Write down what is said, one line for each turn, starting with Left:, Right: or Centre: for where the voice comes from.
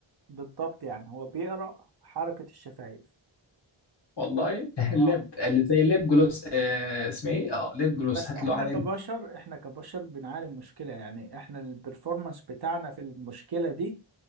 Right: بالضبط يعني هو بيقرا حركة الشفايف
Left: والله <laughs> اللب
Right: اه
Left: اللي زي اللب جلوس آه اسمه ايه اه لب جلوس
Right: بس
Left: هات
Right: احنا
Left: له واحده
Right: كبشر احنا كبشر بنعاني من مشكلة يعني احنا البرفورمانس بتاعنا في المشكلة دي